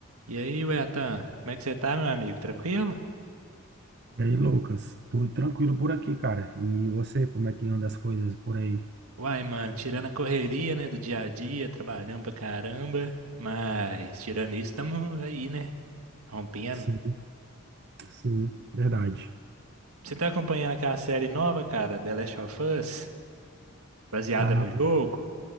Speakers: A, on the right; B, on the right.
A: E aí, Wetan, como é que você tá, meu amigo? Tranquilo?
B: E aí, Lucas, tudo tranquilo por aqui, cara? E você, como é que anda as coisas por aí?
A: Uai, mano, tirando a correria, né, do dia a dia, trabalhando pra caramba, mas tirando isso, tamo aí, né, rompendo.
B: Sim, sim, verdade.
A: Você tá acompanhando aquela série nova, cara, The Last of Us, baseada
B: Ah,
A: no jogo?